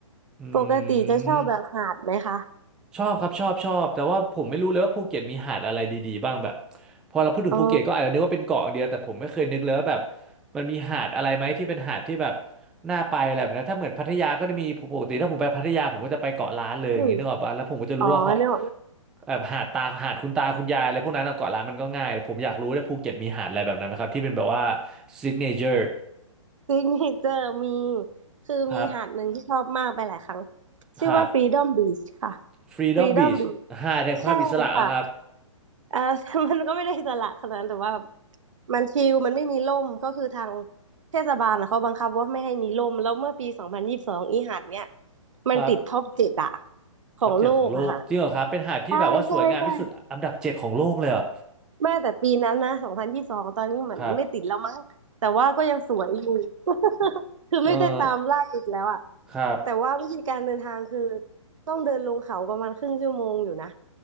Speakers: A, in the centre; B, on the right (about 65°).
A: อื
B: ปกติจะชอบแบบหาดไหมคะ
A: มชอบครับชอบชอบแต่ว่าผมไม่รู้เลยว่าภูเก็ตมีหาดอะไรดีๆบ้างแบบพอเราพูดถึงภูเก็ตก็อาจจะนึกว่าเป็นเกาะอย่างเดียวแต่ผมไม่เคยนึกเลยว่าแบบ
B: อ๋อ
A: มันมีหาดอะไรไหมที่เป็นหาดที่แบบน่าไปอะไรแบบนั้นถ้าเหมือนพัทยาก็จะมีปกติถ้าผมไปพัทยาผมก็จะไปเกาะล้านเลยอย่างนี้นึกออกป่ะแล้วผมก็จะรู้ว่าเหาะ
B: อืมอ๋อเนี่ย
A: แบบหาดตาหาดคุณตาคุณยายอะไรพวกนั้นอะเกาะล้านมันก็ง่ายแต่ผมอยากรู้เลยภูเก็ตมีหาดอะไรแบบนั้นไหมครับที่เป็นแบบว่าซิกเนเจอร์
B: ซิกเนเจอร์มีคือมีหาดหนึ่งที่ชอบมากไปหลายครั้ง
A: ครับ
B: ชื่อว่า
A: ครับ
B: Freedom Beach ค่ะ
A: Freedom
B: Freedom
A: Beach
B: Beach
A: หาดแห่งความอิสระอะครับ
B: ใช่ค่ะเออ <laughs> มันก็ไม่ได้อิสระขนาดนั้นแต่ว่ามันชิลมันไม่มีร่มก็คือทางเทศบาลนะเขาบังคับว่าไม่ให้มีร่มแล้วเมื่อปีสองพันยี่สิบสองอีหาดเนี้ยมันติดท็อปเจ็ดอะ
A: ครับ
B: ของโลกอะค่ะ
A: ท็อปเจ็ดของโลกจริงเหรอครับเป็นหาดที่แบบว่าสวยงามที่สุดอันดับเจ็ดของโลกเลยเหรอ
B: ใช่ใช่ใช่ แม่แต่ปีนั้นนะสองพันยี่สบสองตอนนี้เหมือนไม่ติดแล้วมั้งแต่ว่าก็ยังสวยอยู่
A: ครับ
B: <laughs> คือไม่ได้ตามล่าสุดแล้วอะ
A: <laughs> เออครับ
B: แต่ว่าวิธีการเดินทางคือต้องเดินลงเขาประมาณครึ่งชั่วโมงอยู่นะ